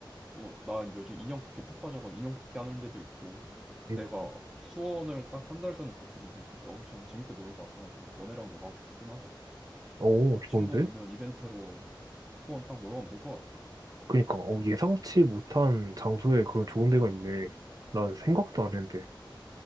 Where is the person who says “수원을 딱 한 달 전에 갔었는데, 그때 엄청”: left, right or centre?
Centre